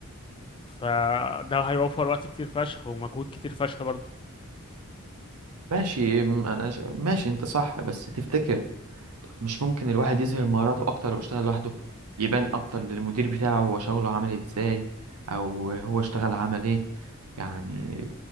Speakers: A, on the left; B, on the right.
A: فده هيوفر وقت كتير فشخ ومجهود كتير فشخ برضه
B: ماشي م- أنا ش- ماشي انت صح بس تفتكر مش ممكن الواحد يظهر مهاراته اكتر لو اشتغل لوحده يبان اكتر للمدير بتاعه هو شغله عامل ازاي او هو اشتغل عمل ايه يعني